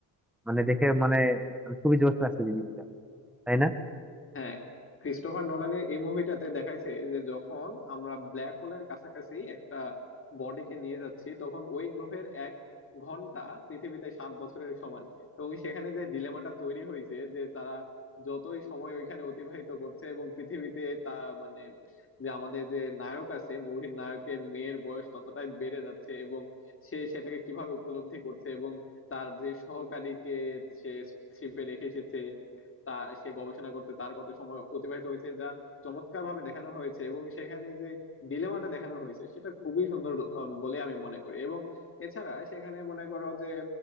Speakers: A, in the centre; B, on the left.
A: মানে দেখে মানে মানে খুবই জোশ লাগছে জিনিসটা তাই না
B: হ্যাঁ ক্রিস্টোফার নোলানের এই মুভিটাতে দেখাইছে যে যখন আমরা ব্ল্যাক হোলের কাছাকাছি একটা বডিকে নিয়ে যাচ্ছি তখন ওই গ্রহের এক ঘন্টা পৃথিবীতে সাত বছরের সমান এবং সেখানে যে ডিলেমাটা তৈরি হয়েছে যে তারা যতই সময় ওইখানে অতিবাহিত করছে এবং পৃথিবীতে তা মানে যে আমাদের যে নায়ক আছে মুভির নায়কের মেয়ের বয়স ততটাই বেড়ে যাচ্ছে এবং সে সেটাকে কিভাবে উপলব্ধি করছে এবং তার যে সহকারীকে সে শিপে রেখে এসেছে তা সে গবেষণা করতে তার কত সময় অতিবাহিত হয়েছে যা চমৎকার ভাবে দেখানো হয়েছে এবং সেখানে যে ডিলেমাটা দেখানো হয়েছে সেটা খুবই সুন্দর আহ, বলে আমি মনে করি এবং এছাড়া সেখানে মনে করো যে